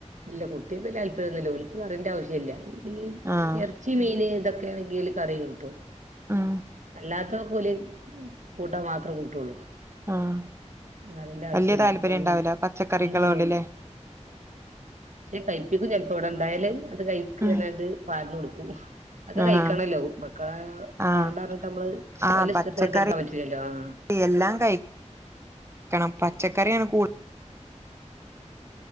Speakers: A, on the right (about 80°); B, on the right (about 20°).
A: ഇല്ല കുട്ട്യാക്ക് വല്ല്യ താൽപര്യന്നുല്ല ഓൽക്ക് കറിന്റാവിശ്യല്ല ഈ
B: ആഹ്
A: എറച്ചി, മീന്, ഇതൊക്കെയാണെങ്കില് കറി കൂട്ടും
B: ഉം
A: അല്ലാത്തെ ഒക്കോല് കൂട്ടാ മാത്രേ കൂട്ടൊള്ളൂ.
B: ആഹ്
A: കറിന്റാവിശ്യല്ല
B: വല്യ താല്പര്യം
A: അപ്പയിന്
B: ഉണ്ടാവൂല പച്ചക്കറികളോട്ല്ലേ
A: മിനി പക്ഷെ കഴിപ്പിക്കും ചെലപ്പോ ഇവടെണ്ടായാല് ആട്ട് കഴ ചോറ്മ്മക്ക്
B: ഉം
A: ഇങ്ങനാണ്ട് പാർന്നു കൊടുക്കും അതൊക്കെ
B: ആഹ്
A: കഴിക്കണല്ലോ ഇപ്പക്കാ
B: ആഹ്
A: വാണ്ടർഞ്ഞിട്ട് നമ്മള്
B: ആഹ്
A: ഓലേ
B: പച്ചക്കറി
A: ഇഷ്ടത്തിന് വിട്ട് കൊടുക്കാൻ പറ്റില്ലല്ലോ ആഹ്
B: എല്ലാം കഴിക്കണം പച്ചക്കറിയാണ് കൂ